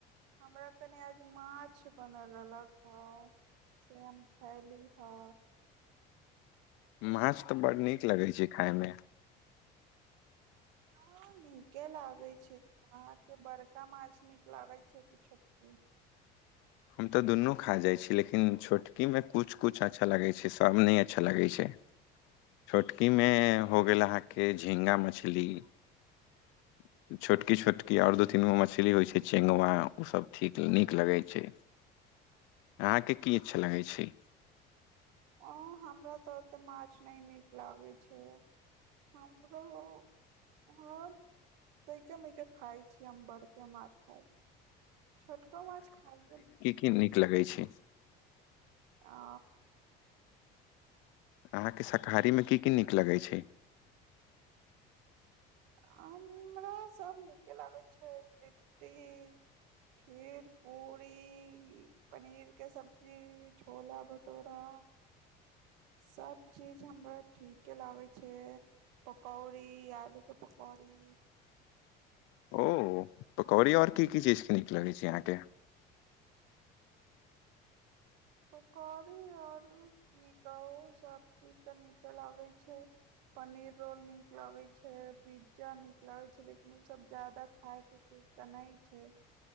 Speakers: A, on the right; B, on the left.
A: हमरा कनी आज माछ बनल रहलक से हम खयली ह
B: माछ तऽ बड़ नीक लगैत छै खायमे।
A: ह नीके लागे छै अहाँकेँ बड़का माछ नीक लागे छै कि छोटकी।
B: हम ते दुनू खा जाय छी लेकिन छोटकी मे कुछ कुछ अच्छा लगे छै सभ ने अच्छा लगे छै। छोटकि मे हो गेल अहाँकेँ झिगा मछली। <inaudible> छोटकी छोटकी आओर दू तीन गो मछली होइ छै चेगुआ ओसभ ठीक नीक लगै छै। अहाँकेँ कि अच्छा लगैत छै।
A: ओ हमरा तऽ ओते माछ नहि नीक लागे छै। हमर ह तै के मे के खाय छिय हम बड़के माछ खाय छी छोटको माछ खाय।
B: कि नीक लगै छै।
A: आ
B: अहाँकेँ शाकाहारीमे कि कि नीक लगैत छै।
A: हमरा सभ नीक लागै छै लिट्टी खीर पूरी। पनीर के सब्जी छोला भटूरा। सभ चीज हमरा ठीके लागे छै पकौड़ी आलू के। पकरी
B: ओ पकौड़ी और कि कि चीज के नीक लगै छै यहाँ के।
A: पकौरी आऔर नीकाओ सभ चीज तनिक लागै छै। पनीर रोल नीक लगे छै पिज्जा नीक लगे छै लेकिन ओ सभ जादा खाय के च। तऽ नहि छै